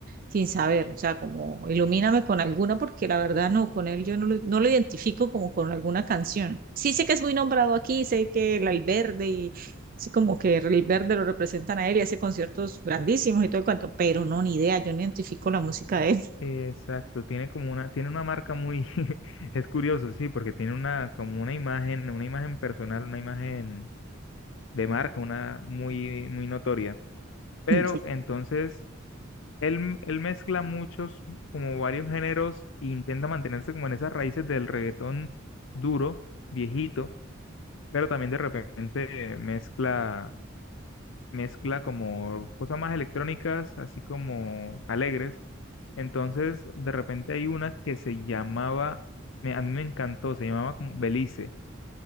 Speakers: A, on the right (about 45°); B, on the left (about 70°).
A: sin saber, o sea, como ilumíname con alguna, porque la verdad no, con él yo no lo, no lo identifico como con alguna canción. Sí sé que es muy nombrado aquí, sé que el Alberde y sí como que el Verde lo representan a él y hace conciertos grandísimos y todo el cuento, pero no, ni idea, yo no identifico la música de él.
B: eh, exacto, tiene como una, tiene una marca muy, <laughs> es curioso, sí, porque tiene una, como una imagen, una imagen personal, una imagen de marca, una muy, muy notoria. Pero
A: <laughs>
B: entonces Él, él mezcla muchos, como varios géneros, e intenta mantenerse como en esas raíces del reggaetón duro, viejito, pero también de repente mezcla, mezcla como cosas más electrónicas, así como alegres. Entonces, de repente hay una que se llamaba, me- a mí me encantó, se llamaba como Belice